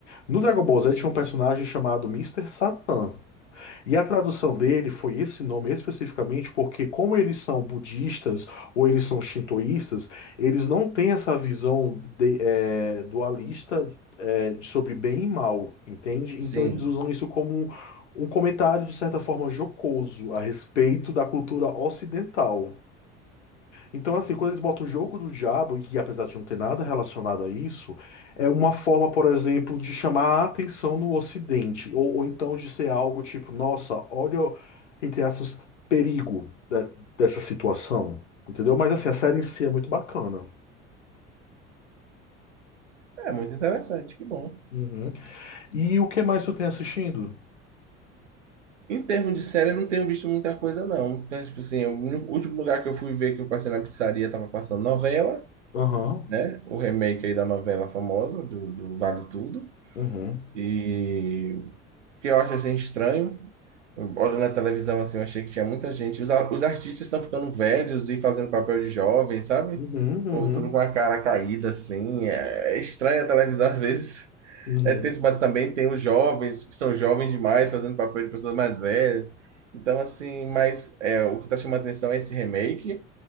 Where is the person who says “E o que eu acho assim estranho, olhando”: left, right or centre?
Right